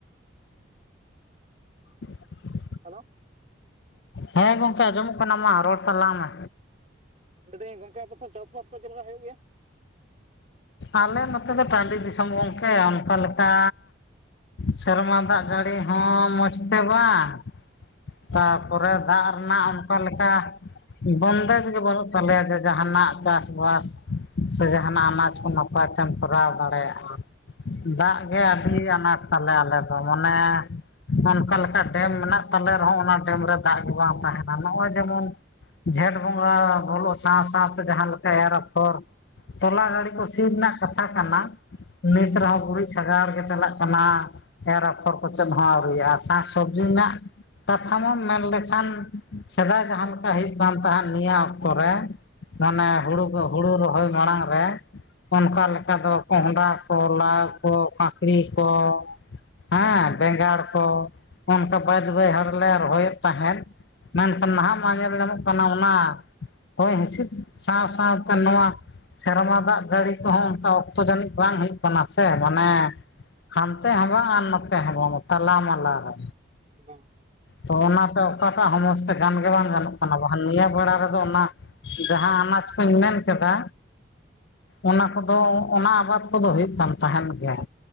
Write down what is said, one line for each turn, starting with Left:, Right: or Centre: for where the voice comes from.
Left: <inaudible>
Right: ᱦᱮᱞᱳ
Left: ᱦᱮᱸ ᱜᱚᱝᱹᱠᱮ ᱟᱸᱡᱚᱢᱚᱼᱜ ᱠᱟᱱᱟ ᱢᱟ ᱨᱚᱲ ᱛᱟᱞᱟᱝ ᱢᱮ
Right: ᱫᱟᱹᱭᱫᱟᱹᱧ ᱜᱚᱝᱹᱠᱮ ᱟᱯᱮ ᱪᱟᱥ ᱵᱟᱥ ᱠᱚ ᱪᱮᱫ ᱞᱮᱠᱟᱜ ᱦᱩᱭᱩᱜᱹ ᱜᱮᱼᱭᱟ? <inaudible>
Left: ᱟᱞᱮ ᱱᱚᱛᱮ ᱫᱚ ᱯᱚᱱᱰᱤᱛ ᱫᱤᱥᱚᱢ ᱜᱚᱢᱠᱮ ᱚᱱᱠᱟ ᱞᱮᱠᱟ ᱥᱮᱨᱢᱟ ᱫᱟᱜ ᱡᱟᱹᱲᱤ ᱦᱚᱸ ᱢᱚᱡᱽ ᱛᱮ ᱵᱟᱝ ᱛᱟᱨᱯᱚᱨᱮ ᱫᱟᱜ ᱨᱮᱱᱟᱜ ᱚᱱᱠᱟ ᱞᱮᱠᱟ ᱵᱚᱱᱫᱮᱡᱜ ᱜᱮ ᱵᱟᱹᱱᱩᱜ ᱛᱟᱞᱮᱭᱟ ᱡᱮ ᱡᱟᱦᱟᱱᱟᱜ ᱪᱟᱥᱵᱥ ᱥᱮ ᱡᱟᱦᱱᱟᱜ ᱟᱱᱟᱡ ᱠᱚ ᱱᱟᱯᱟᱭ ᱛᱮᱢ ᱠᱚᱨᱟᱣ ᱫᱟᱲᱮᱭᱟᱜᱼᱟ ᱫᱟᱜ ᱜᱮ ᱟᱹᱰᱤ
Right: ᱦᱮᱸ
Left: ᱟᱱᱟᱴ ᱛᱟᱞᱮ ᱟᱞᱮ ᱫᱚ ᱢᱟᱱᱮ ᱚᱱᱠᱟ ᱞᱮᱠᱟ ᱰᱮᱢ ᱢᱮᱱᱟᱜ ᱛᱟᱞᱮᱭᱟ᱾ ᱨᱮᱦᱚᱸ ᱚᱱᱟ ᱰᱮᱢ ᱨᱮ ᱫᱟᱜ ᱜᱮ ᱵᱟᱝ ᱛᱟᱦᱮᱱᱟ ᱱᱚᱜᱼᱚᱭ ᱡᱮᱢᱚᱱ ᱡᱷᱮᱸᱴ ᱵᱚᱸᱜᱟ ᱵᱚᱞᱚᱜ ᱥᱟᱶ ᱥᱟᱶᱛᱮ ᱡᱟᱦᱟᱸ ᱞᱮᱠᱟ ᱮᱨ ᱟᱯᱷᱚᱨ ᱛᱚᱞᱟ ᱜᱟᱹᱲᱤ
Right: ᱦᱮᱸ
Left: ᱠᱚ ᱥ ᱨᱮᱱᱟᱜ ᱠᱟᱛᱷᱟ ᱠᱟᱱᱟ ᱱᱤᱛ
Right: ᱦᱮᱸ
Left: ᱨᱮᱦᱚᱸ ᱜᱩᱨᱤᱡ ᱥᱟᱜᱟᱲ ᱜᱮ ᱪᱟᱞᱟᱜ ᱠᱟᱱᱟ ᱮᱨ ᱟᱯᱷᱚᱨ ᱠᱚᱪᱮᱫ ᱦᱚᱸ ᱟᱹᱣᱨᱨᱤᱼᱟ ᱥᱟᱠ ᱥᱚᱵᱽᱡᱤ ᱨᱮᱱᱟᱜ ᱠᱟᱛᱷᱟᱢᱚᱢ ᱢᱮᱱ ᱞᱮᱠᱷᱟᱱ ᱥᱮᱫᱟᱭ ᱡᱟᱦᱟᱸᱟᱸᱮ
Right: ᱵᱟᱝᱜᱮ
Left: ᱞᱮᱠᱟ ᱦ ᱦᱩᱭᱩᱜ ᱠᱟᱱ ᱛᱫ ᱱᱤᱭᱟᱹ ᱚᱠᱛᱚ ᱨᱮ ᱢᱟᱱᱮ
Right: ᱦᱮᱸ
Left: ᱦᱩᱲᱩ ᱦᱩᱲᱩ ᱨᱚᱦᱚᱭ ᱢᱟᱲᱟᱝ ᱨᱮ ᱚᱱᱠᱟ ᱞᱮᱠᱟ ᱫᱚ
Right: ᱦᱮᱸ
Left: ᱠᱚᱸᱦᱰᱟ ᱠᱚᱞᱟ ᱠᱚ ᱠᱟᱠᱲᱤ ᱠᱚ ᱦᱮᱸ ᱵᱮᱸᱜᱟᱲ ᱠᱚ ᱚᱱᱠᱟ ᱵᱟᱹᱭᱦᱟᱹᱲ ᱞᱮᱮ ᱨᱚᱦᱚᱭᱮᱫ ᱛᱟᱦᱮᱸᱫ ᱢᱮᱱᱠᱷᱟᱱ
Right: ᱦᱮᱸ
Left: ᱱᱟᱦᱟᱜ ᱧᱮᱞ ᱧᱟᱢᱚᱜ ᱠᱟᱱᱟ ᱚᱱᱟ ᱦᱚᱭ ᱦᱤᱸᱥᱤᱫ ᱥᱟᱶ ᱥᱟᱶᱛᱮ ᱱᱚᱣᱟ ᱥᱮᱨᱢᱟ ᱫᱟᱜ ᱡᱟᱹᱲᱤ ᱠᱚᱦᱚᱸ ᱚᱱᱠᱟ ᱚᱠᱛᱚ ᱡᱟᱹᱱᱤᱡ ᱵᱟᱝ ᱦᱩᱭᱩᱜ ᱠᱟᱱᱟ ᱾ ᱠᱟᱱᱟ ᱥᱮ ᱢᱟᱱᱮ
Right: ᱵᱟᱝ ᱵᱟᱝ
Left: ᱦᱟᱱᱛᱮ ᱦᱚᱸ ᱵᱟᱝ ᱟᱨ ᱱᱚᱛᱮ ᱦᱚᱸ ᱵᱟᱝ ᱛᱟᱞᱟ ᱢᱟᱞᱟ ᱨᱮ
Right: ᱵᱟᱝ
Left: ᱛᱚ ᱚᱱᱟᱛᱮ ᱚᱠᱟᱴᱟᱜ ᱥᱚᱢᱚᱥᱥᱟ ᱜᱟᱱ ᱜᱮ ᱵᱟᱝ ᱜᱟᱱᱚᱜ ᱠᱟᱱᱟ ᱱᱤᱭᱟᱹ ᱵᱮᱲᱟ ᱨᱮᱫᱚ ᱚᱱᱟ ᱡᱟᱦᱟᱸ ᱟᱱᱟᱡ ᱠᱩᱧ ᱢᱮᱱᱠᱮᱫᱟ ᱚᱱᱟ ᱠᱚᱫᱚ ᱚᱱᱟ ᱟᱵᱟᱫ ᱠᱚᱫᱚ ᱦᱩᱭᱩᱜ ᱠᱟᱱ ᱛᱟᱦᱮᱸᱱ ᱜᱮᱭᱟ